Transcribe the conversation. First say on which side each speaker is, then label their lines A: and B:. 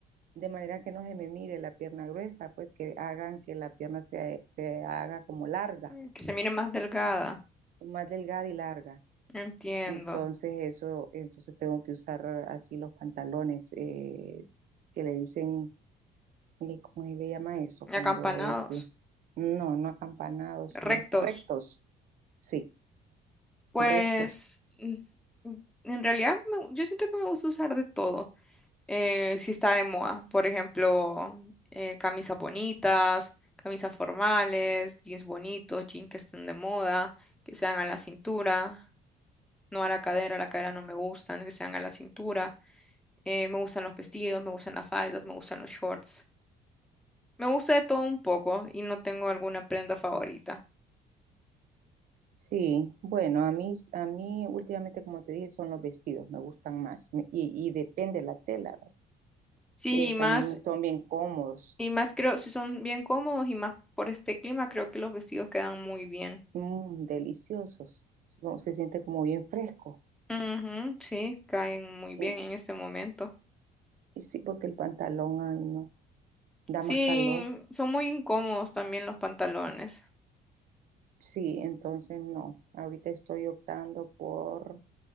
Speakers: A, on the right (about 50°); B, in the centre.
A: de manera que no se me mire la pierna gruesa, pues que hagan que la pierna se se haga como larga
B: Mm, Que se mire más delgada.
A: más delgada y larga.
B: Entiendo.
A: Entonces eso, entonces tengo que usar así los pantalones eh, que le dicen, eh, ¿cómo se le llama eso? Cuando
B: Acampanados,
A: es, no, no acampanados, sino
B: rectos.
A: que rectos. Sí,
B: Pues
A: rectos.
B: mm, mm, en realidad me- yo siento que me gusta usar de todo. Eh, si está de moda, por ejemplo, eh, camisas bonitas, camisas formales, jeans bonitos, jeans que estén de moda, que sean a la cintura, no a la cadera, la cadera no me gustan, que sean a la cintura. Eh, me gustan los vestidos, me gustan las faldas, me gustan los shorts. Me gusta de todo un poco y no tengo alguna prenda favorita.
A: Sí, bueno, a mí, a mí últimamente, como te dije, son los vestidos, me gustan más. Me- Y, y depende la tela,
B: Sí,
A: eh,
B: y más,
A: también son bien cómodos,
B: y más creo, si son bien cómodos y más por este clima, creo que los vestidos quedan muy bien.
A: mm, deliciosos. Como- Se siente como bien fresco.
B: Ujú, sí, caen muy bien
A: Y,
B: en este momento.
A: y sí, porque el pantalón, ay, no. da
B: Sí,
A: más calor.
B: son muy incómodos también los pantalones.
A: Sí, entonces no. Ahorita estoy optando por